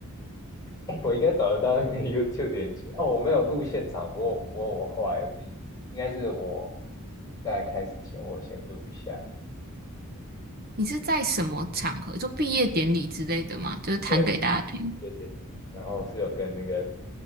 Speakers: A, on the left; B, on the right.
A: <laughs> 我应该找得到那个 YouTube 连接哦，我没有录现场，不过我我后来有自己，应该是我在开始前我有先录一下，
B: 你是在什么场合，就毕业典礼之类的吗？就是弹给大家听，
A: 对，谢谢典礼，然后是有跟那个